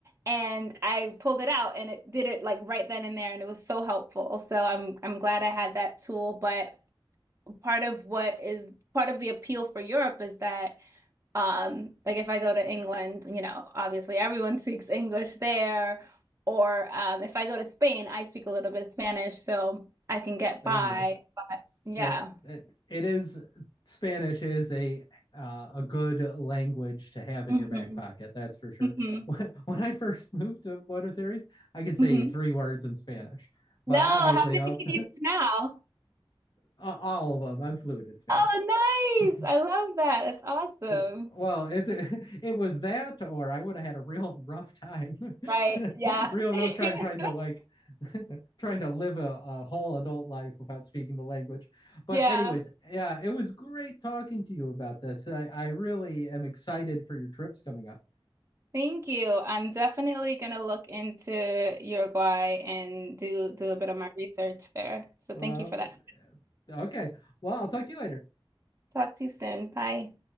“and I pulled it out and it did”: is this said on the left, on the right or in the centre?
Right